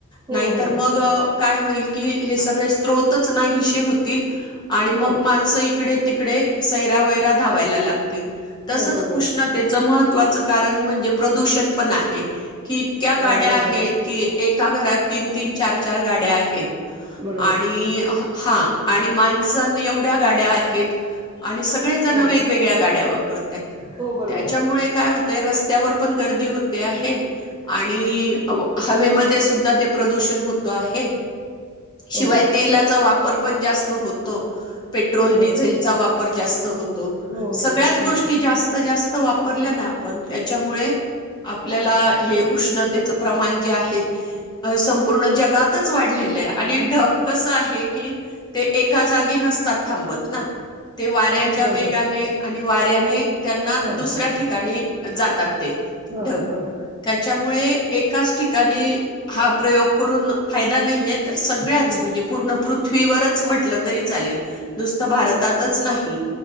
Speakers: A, on the right; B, on the left.
A: हो,
B: नाहीतर
A: हो.
B: मग काय होईल कि हे सगळे स््रोतच नाही होतील आणि मग
A: हो,
B: माणसं इकडे - तिकडे सैरा वैरा धावायला लागतील. तसंच
A: हो. बरोबर.
B: उष्णतेचं महत्व - वाचत कारण म्हणजे प्रदूषण पण आहे. कि इतक्या गाड्या
A: हां, बरोबर,
B: आहेत की! एका घरात तीन- तीन चार- चार गाड्या आहेत.
A: बरोबर.
B: आणि हा आणि माणसन एवढ्या गाड्या आहेत. आणि सगळे जण
A: हो,
B: वेगवेगळ्या गाड्या वापरतत
A: हो. बरोबर.
B: त्याच्यामुळे काय होत. ते रस्त्यावर पण गर्दी होते आहे आणि अव हवेमध्ये सुद्धां ते प्रदूषण होत आहे. शिवाय
A: हो,
B: तेलाचा वापर पण जास्त होतो. पेट्रोल
A: हो. बरोबर.
B: डिझेल चा वापर जास्त होतो. तो
A: हो, हो,
B: सगळ्याच
A: हो.
B: गोष्टी जास्त जास्त वाप परल्या ना पण त्याच्यामुळे आपल्याला हे उष्णतेच प्रमाण जे आहे, संपूर्ण जगातच वाढलेलं आहे आणि ढग कसं आहे कि ते एका जागी नसतात थांबत ना! ते वाऱ्याच्या
A: हो, बरोबर.
B: वेगाने आणि वा त्याने त्यांना
A: हां,
B: दुसऱ्या
A: हां.
B: ठिकाणी जातात ते
A: हां,
B: ढग
A: हां.
B: त्या च्यामुळे एकाच ठिकाणी हा प्रयोग करून फायदा नाहीयेत. तर सगळ्यांचं
A: हं.
B: म्हणजे पूर्ण पृथ्वीवरच च म्हटलं तरी चालेल नुसतं भारतातच नाही